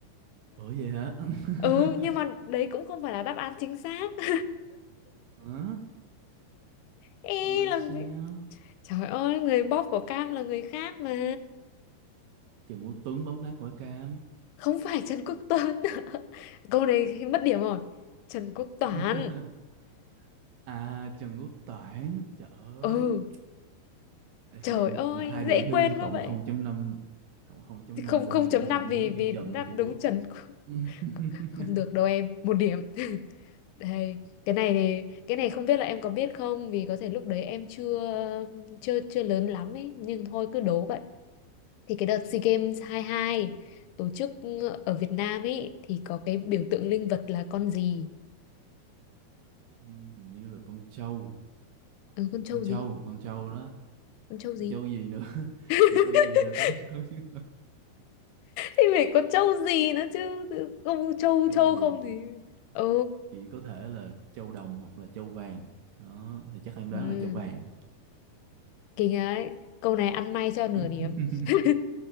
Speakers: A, on the right; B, on the left.
A: Ủa vậy hả
B: Ừ, nhưng mà
A: <laughs>
B: đấy cũng không phải là đáp án chính xác. <laughs>
A: Hả?
B: Ê,
A: Là
B: làm
A: sao
B: gì? Trời ơi, người bóp của Cam là người khác mà.
A: Trần Quốc Tuấn bóp nát quả cam
B: Không phải Trần Quốc Tuấn. <laughs> Câu này mất điểm rồi. Trần Quốc Toản.
A: <laughs> À Trần Quốc Toản Trời ơi
B: Ừ,
A: Vậy
B: trời
A: Thì
B: ơi,
A: hai điểm
B: dễ quên
A: đi
B: quá
A: Cộng
B: vậy.
A: không chấm năm, Cộng không chấm năm
B: Không
A: lên
B: không
A: hai
B: chấm
A: điểm
B: năm
A: Tại em
B: vì
A: đúng
B: vì
A: chữ Trần
B: đáp
A: với chữ
B: đúng
A: Quốc
B: Trần Quốc-
A: <laughs>
B: <laughs> Không được đâu em, một điểm. <laughs> Đây, cái này thì cái này không biết là em có biết không vì có thể lúc đấy em chưa chưa chưa lớn lắm ấy, nhưng thôi cứ đố vậy. Thì cái đợt SEA Games 22 tổ chức ở Việt Nam ấy thì có cái biểu tượng linh vật là con gì?
A: Ừ, Hình như là con trâu
B: ừ, con trâu
A: Con trâu
B: gì
A: Con trâu đó
B: con trâu gì
A: Con Trâu gì nữa <laughs>
B: <laughs>
A: Thì con gì là con trâu chứ
B: thì phải có trâu gì nữa chứ tự- không trâu
A: Con trâu
B: trâu
A: gì
B: không thì ừ,
A: chị có thể là châu đồng hoặc là châu vàng đó thì chắc em đoán
B: ừ.
A: là châu vàng
B: kinh ấy câu này ăn may cho nửa
A: <laughs>
B: điểm <laughs>